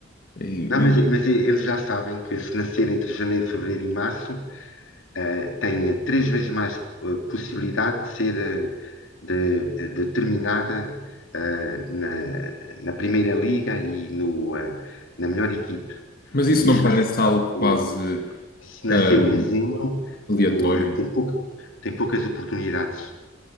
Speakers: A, on the left (about 50°); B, on the left (about 90°).
A: eh,
B: não, mas, mas eles já sabem que se nascer entre janeiro, fevereiro e março, eh, tenha três vezes mais eh, possibilidade de ser, eh, de, de terminar eh, na, na Primeira Liga e no, eh, na melhor equipe.
A: Mas isso
B: E
A: não
B: já
A: parece
B: se sabe
A: algo
B: que,
A: quase
B: se nasceu
A: hum,
B: em dezembro,
A: aleatório?
B: o, eh, tem pouca, tem poucas oportunidades.